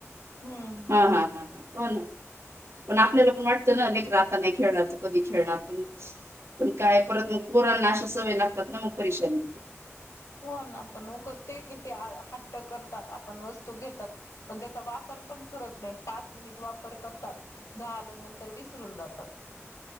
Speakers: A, on the left; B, on the right.
A: हम्म.
B: हा हा हा हा हो, ना पण आपल्याला पण वाटतं ना लेकरं आप नाही खेळणार त कधी खेळणार, पण काय परत म पोरांना अशा सवय लागतात. ना मग पैशांनी.
A: हो ना आपण क ते किती ह हट्ट त करतात. आपण वस्तू घेतात. पण त्याचा वापर पण करत नाही पाच मिनिट वापर र करतात झाल. नंतर विसरून जातात.